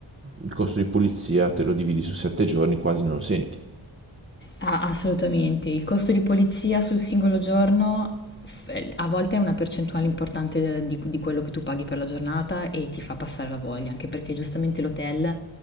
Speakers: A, on the right (about 25°); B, on the left (about 25°).
A: il costo di pulizia te lo dividi su sette giorni, quasi non lo senti.
B: Ah, assolutamente. Il costo di polizia sul singolo giorno f- a volte è una percentuale importante del- di, di quello che tu paghi per la giornata e ti fa passare la voglia, anche perché giustamente l'hotel,